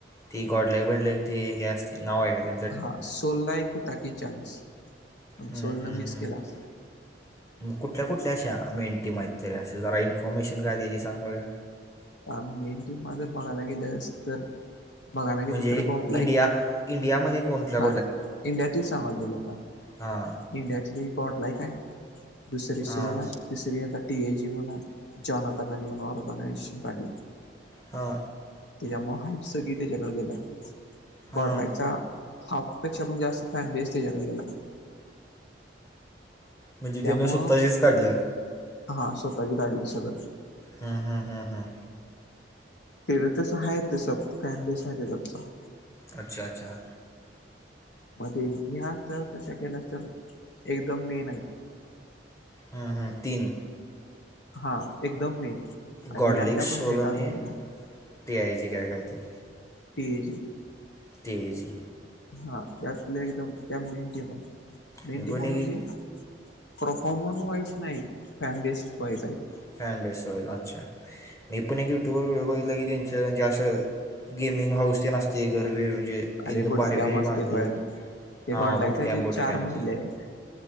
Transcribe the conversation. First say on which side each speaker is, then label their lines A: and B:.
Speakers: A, on the left; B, on the left.
A: ती गोडलेक बिणले ती हे असतीते नावयते
B: हा सोल ला एक होता की चान्स पण
A: हम्म,
B: सोल
A: हम्म,
B: न मिस
A: हम्म.
B: केला
A: कुठल्या कुठल्या अशा मेंटी माहीत तरी असे जरा इन्फॉर्मेशन काय त्याची सांग बघा
B: <inaudible> बघायला
A: म्हणजे
B: गेले तर गोला
A: इंडिया
B: एक
A: इंडियामध्ये कोणत्या
B: हा इंडियाच सांग गला आता
A: हा
B: इंडियातली गॉड लाईक आहे दुसरी
A: हां
B: सोल आहे तिसरी आता टी ए जी म्हण जनताना म्हण ऑर्गनायझेशन काढल्या
A: हा
B: त्याच्यामुळे हाईप सगी त्याच्याकडे गेलं
A: हां
B: बर्डलाईकचा हाफपेक्षा पण जास्त फॅन बेस्टतेच्यात त्याला
A: म्हणजे
B: त्यामुळं
A: त्यानं स्वताशीच काढल्या
B: हा स्वतःचे काढले सगळं
A: हा हा हा हा
B: तेच तसं आहे र तस फॅन बेस नाही त्याच तसं
A: अच्छा अच्छा
B: मध्ये ह असत तशा केलं असत एकदम मे नाही
A: हा हां तीन
B: हा एकदम मेन आणि
A: गॉडलिक
B: यातल्या
A: सोल
B: पण आहेत
A: आणि
B: अजून
A: टी आय जी काय करते.
B: पी ज
A: तेजी
B: हा त्यातलं एकदम त्या मेन टीम आहे मेन
A: मी पण
B: टीमा
A: एक
B: म्हणजे परफॉर्मन वाईज नाही fan best Wai
A: <inaudible> gaming house ते नसते घरवेर म्हणजे
B: अरे
A: एकदम
B: बुटक्या
A: भारी बरी
B: मस्त
A: बांधली
B: कळना ते
A: हा
B: गॉड लाईक
A: बुटकॅम्प
B: ते चार
A: बुटकॅम्प
B: मजले आहे